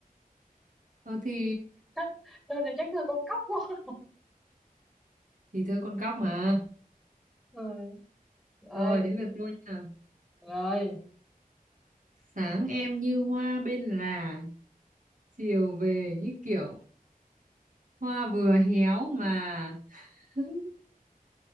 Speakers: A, on the right (about 60°); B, in the centre.
A: ờ thì
B: thơ thơ này chắc thơ con cóc quá
A: thì thơ con cóc mà
B: rồi ơi
A: rồi đến lượt tôi nha
B: rồi
A: sáng em như hoa bên là chiều về như kiểu hoa vừa héo mà <laughs>